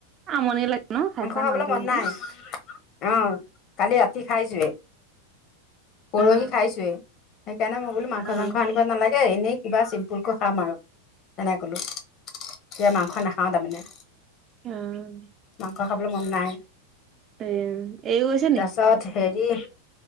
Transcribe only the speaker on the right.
আমনি লাগে ন খাই খাই
মাংস
খিনি।
আহ
আহ।
আহ
এয়া এইো আছে ন?